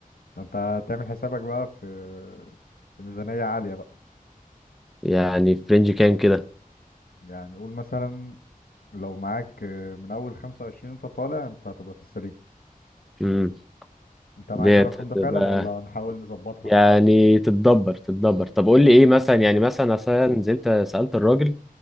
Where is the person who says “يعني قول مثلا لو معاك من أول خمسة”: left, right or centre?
Left